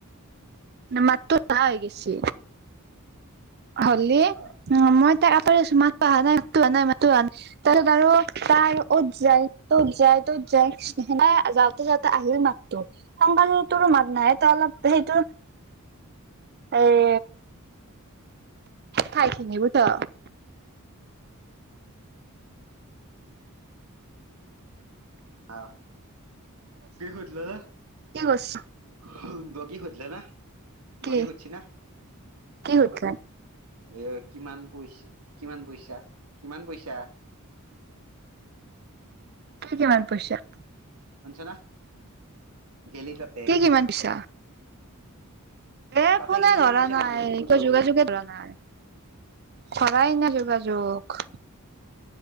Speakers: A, on the right; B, on the right.
A: মাততো নাহা হৈ গৈছে হলি
B: আ
A: অ মই তাক আপাৰ আছো মাত পোৱা অহা নাই মো হোৱা নাই মাতো অহা নাই তাৰপাছত
B: আহ
A: আৰু তাই <unintelligible> 'ত যায় ত'ত যায় তত যায় নাই যওঁতে যাওঁতে আহিল মাত ত <unintelligible> সমকাল তৰো মাত নাই ত অলপ হেইটো <unintelligible> এই খাইখিনিবট <unintelligible>
B: আহ কি হলঅ
A: কি কৰিছ?
B: <inaudible> বগি খজিলা ন বগি
A: কি
B: খজচ না <inaudible>
A: কি শুধিলা
B: এ কিমান পইচ কিমান পইচা কিমান পইচা <inaudible>
A: কি কিমান পছা <inaudible>
B: শুনছা না গেলি তাত <unintelligible>
A: কি কিমান পিছা <unintelligible> এ
B: তাতে
A: ফোনে
B: গেলি কিমান
A: ধৰা
B: পইচা
A: নাই
B: লাগব সেইটো সুধবা
A: একো
B: কৈছো
A: যোগাযোগে ধৰা নাই <inaudible> খৰাই নে যোগাযোগ <unintelligible>